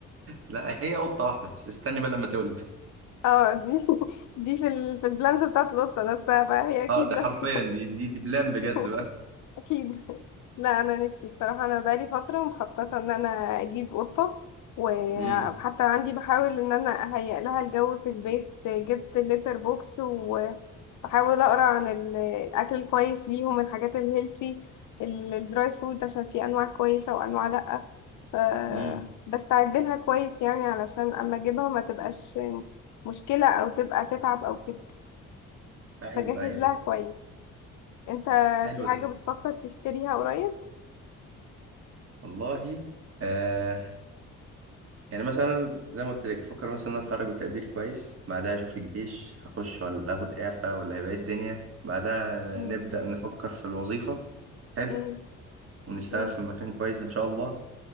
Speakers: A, on the right; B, on the left.
A: لا هي قطه واحده بس استني بقى لما تولد
B: اه دي <laughs> دي في ال... في البلانز بتاعت القطة نفسها بقى هي اكيد
A: اه ده
B: لا
A: حرفيا دي دي, دي بلان
B: <laughs>
A: بجد بقى
B: اكيد <laughs> لا انا نفسي بصراحه انا بقالي فتره مخططه ان انا اجيب قطه وحتى
A: امم
B: عندي بحاول ان انا اهيئ لها الجو في البيت جبت الليتر بوكس وبحاول اقرا عن ال- الاكل الكويس ليهم الحاجات الهيلسي ال- الدراي فود عشان في انواع كويسه وانواع لا ف
A: امم
B: بستعد لها كويس يعني علشان اما اجيبها ما تبقاش مشكله او تبقى تتعب او كده
A: ايوه
B: بجهز
A: ايوه
B: لها كويس انت
A: حلو
B: في حاجه
A: ده
B: بتفكر تشتريها قريب
A: والله آه يعني مثلا زي ما قلت لك بفكر مثلا ان أنا اتخرج بتقدير كويس بعدها اشوف الجيش هخش ولا اخد اعفاء ولا هيبقى إيه الدنيا بعدها
B: مم.
A: نبدا نفكر في الوظيفه حلو
B: مم.
A: ونشتغل
B: مم.
A: في مكان كويس ان شاء الله